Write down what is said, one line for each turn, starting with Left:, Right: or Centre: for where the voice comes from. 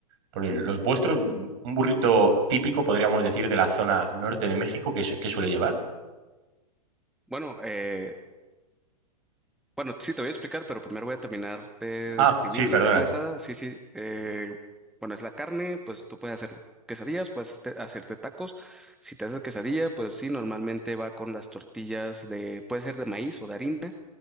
Right: Porque los vuestros, un burrito típico podríamos decir de la zona norte de México, ¿qué, su- qué suele llevar?
Centre: Bueno, eh, Bueno, sí, te voy a explicar, pero primero voy a terminar de
Right: Ah,
Centre: describir
Right: sí, perdona.
Centre: la carne asada. Sí, sí. eh, bueno, es la carne, pues tú puedes hacer quesadillas, puedes te- hacerte tacos. Si te haces quesadilla, pues sí, normalmente va con las tortillas de, puede ser de maíz o de harina.